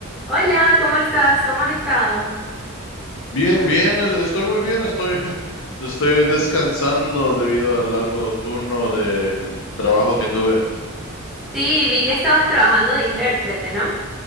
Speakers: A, in the centre; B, on the left.
A: Hola, ¿cómo estás? ¿Cómo has estado?
B: Bien, bien, es- estoy muy bien, estoy, <laughs> estoy descansando debido al largo turno de trabajo que tuve.
A: Sí, vi que estabas trabajando de intérprete, ¿no?